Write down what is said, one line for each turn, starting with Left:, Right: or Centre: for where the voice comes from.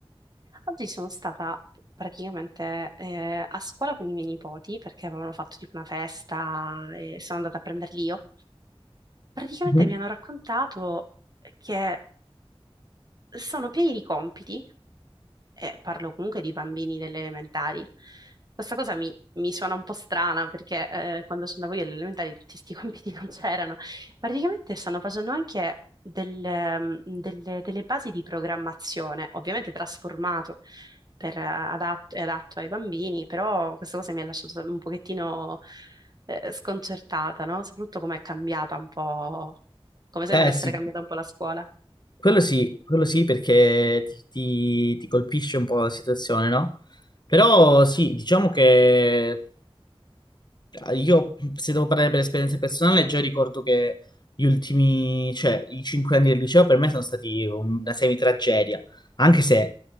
Right: Oggi sono stata praticamente eh, a scuola con i miei nipoti perché avevano fatto tipo una festa e sono andata a prenderli io. Praticamente
Left: Mhm.
Right: mi hanno raccontato che sono pieni di compiti e parlo comunque di bambini delle elementari. Questa cosa mi, mi suona un po' strana perché eh, quando sono andavo io alle elementari tutti questi <laughs> compiti non c'erano. Praticamente stanno facendo anche delle, mm, delle- delle basi di programmazione, ovviamente trasformato per, eh, adatto, è adatto ai bambini, però questa cosa mi ha lasciato un pochettino eh, sconcertata, no? Soprattutto come è cambiata un po', come
Left: Eh
Right: sembra essere
Left: sì,
Right: cambiata un po' la scuola.
Left: quello sì, quello sì perché ti, ti- ti colpisce un po' la situazione, no? Però sì, diciamo che Io, se devo parlare per esperienza personale, già ricordo che gli ultimi, cioè i cinque anni del liceo per me sono stati un- una semi-tragedia, anche se